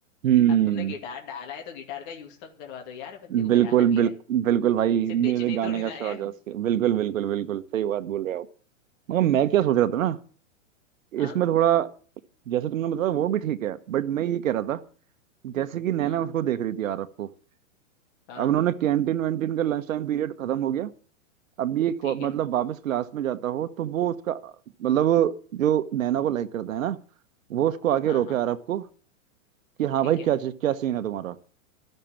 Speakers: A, on the right; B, on the left.
A: हम्म
B: अब तुमने गिटार डाला है तो गिटार का यूज तो करवा दो यार बंदे को
A: बिल्कुल
B: बजाना भी
A: बिल्कुल
B: है
A: बिल्कुल भाई
B: सिर्फ बेचने
A: मुझे
B: ही
A: गाने
B: थोड़ी
A: का
B: ना
A: शौक
B: आया है
A: है उसके बिल्कुल बिल्कुल बिल्कुल सही बात बोल रहे हो आप। मगर मैं क्या सोच रहा था ना
B: हाँ
A: इसमें थोड़ा जैसे तुमने बताया वो भी ठीक है बट मैं ये कह रहा था जैसे कि नैना
B: हम्म
A: उसको देख रही थी आरव को
B: हाँ
A: अब उन्होंने कैंटीन वैंटीन का लंच टाइम पीरियड खत्म हो गया अब ये को-
B: ठीक है
A: मतलब वापस क्लास में जाता हो तो वो उसका मतलब जो नैना को लाइक करता है ना वो उसको आके
B: हाँ
A: रोके
B: हाँ
A: आरव को कि हाँ
B: ठीक
A: भाई क्या
B: है
A: चीज- क्या सीन है तुम्हारा